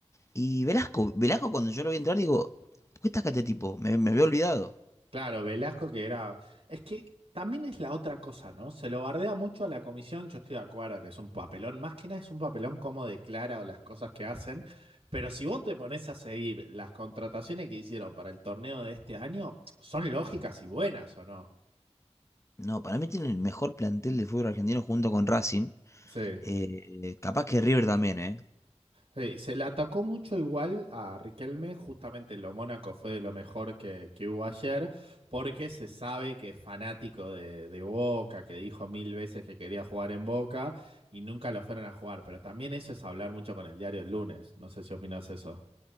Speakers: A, on the left (about 25°); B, on the right (about 60°).
A: y Velasco. Velasco cuando yo lo vi entrar digo, ¿por qué está acá este tipo? Me, me había olvidado.
B: Claro, Velasco que era. Es que también es la otra cosa, ¿no? Se lo bardea mucho a la comisión, yo estoy de acuerdo que es un papelón, más que nada es un papelón como declara o las cosas que hacen, pero si vos te pones a seguir las contrataciones que hicieron para el torneo de este año, son lógicas y buenas, ¿o no?
A: No, para mí tiene el mejor plantel de fútbol argentino junto con Racing.
B: Sí,
A: Eh, capaz que River también, ¿eh?
B: Sí, se le atacó mucho igual a Riquelme, justamente en lo Mónaco fue de lo mejor que, que hubo ayer, porque se sabe que es fanático de, de Boca, que dijo mil veces que quería jugar en Boca y nunca lo fueron a jugar, pero también eso es hablar mucho con el diario el lunes, no sé si opinas eso.